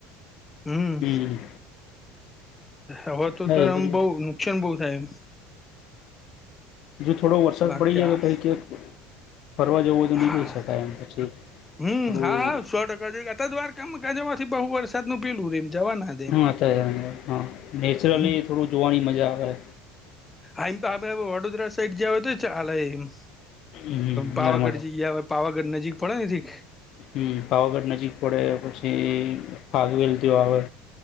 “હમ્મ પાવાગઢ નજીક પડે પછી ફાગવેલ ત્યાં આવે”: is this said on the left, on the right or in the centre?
Left